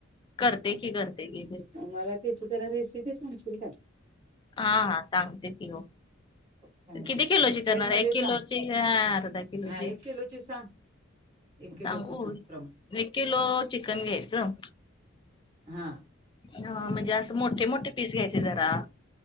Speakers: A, on the left; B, on the right.
A: करते की करते की
B: मला त्याची जरा रेसिपी सांगशील का?
A: हा हा सांगते त हो.
B: सांग
A: किती
B: की
A: किलोची
B: डिटेल
A: करणार
B: मध्ये
A: एक किलोची
B: सांग
A: ह अर्धा किलोची
B: हा एक सांग एक
A: सांगू
B: किलोच सांग प्रमाण
A: एक किलो चिकन घ्यायचं.
B: हा.
A: हा म्हणजे असं मोठे मोठे पीस घ्यायचे जरा